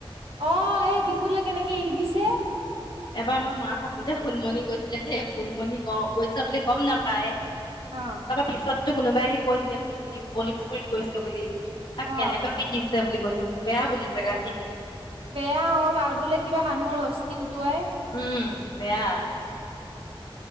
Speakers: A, on the right; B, on the left.
A: অ এই ডিপুতলে কেনেকে এৰি দিছে
B: এবাৰ আমাৰ মা থাকোতে সোননমণি গৈছিলে দেই, সুনমনি গৈছে বুলি গম নাপায়।
A: অ
B: তাৰপা পিছততো কোনোবাই আহি কৈ দিলে শুনমনি বলিপুখুৰীত গৈছে বুলি তাক
A: অ
B: কেনেকে পিটিছে বুলি কৈছো বেয়া বোলে জেগা খিনি
A: বেয়া অ তাৰ বোলে কিবা মানুহৰ অস্থি উটুৱাই
B: উম বেয়া